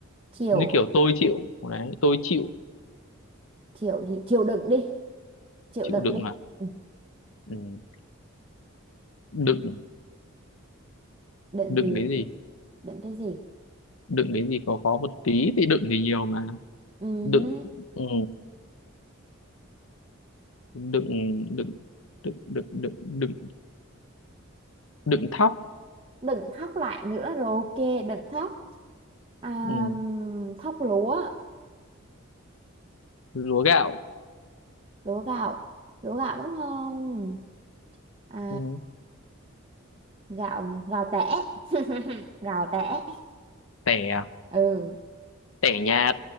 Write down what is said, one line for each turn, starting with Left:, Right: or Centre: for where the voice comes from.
Right: chịu
Left: như kiểu tôi chịu đấy tôi chịu
Right: chịu gì chịu đựng đi chịu
Left: chịu
Right: đựng
Left: đựng
Right: đi
Left: à
Right: ừ,
Left: ừ. đựng
Right: đựng
Left: đựng
Right: gì
Left: cái gì
Right: đựng cái gì
Left: đựng cái gì có khó một tí thì đựng thì nhiều mà
Right: ừ,
Left: đựng
Right: hứ.
Left: ừ. đựng đựng đựng đựng đựng đựng đựng thóc
Right: đừng khóc lại nữa rồi ok đừng khóc À,
Left: ừ.
Right: thóc lúa,
Left: lúa gạo
Right: lúa gạo, lúa gạo đúng không? À,
Left: ừ.
Right: gạo, gạo tẻ, <laughs> gạo tẻ.
Left: tẻ à?
Right: Ừ,
Left: tẻ nhà